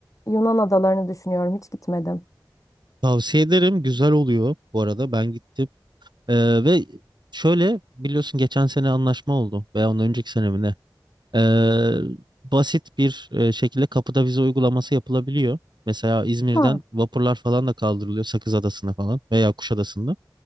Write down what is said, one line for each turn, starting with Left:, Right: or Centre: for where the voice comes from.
Left: Yunan adalarını düşünüyorum. Hiç gitmedim.
Right: tavsiye ederim. Güzel oluyor bu arada. Ben gittim. Ee, ve şöyle biliyorsun geçen sene anlaşma oldu. Veya ondan önceki sene mi ne? Ee, basit bir e, şekilde kapıda vize uygulaması yapılabiliyor. Mesela İzmir'den
Left: Ha,
Right: vapurlar falan da kaldırılıyor Sakız Adası'na falan veya Kuşadası'nda.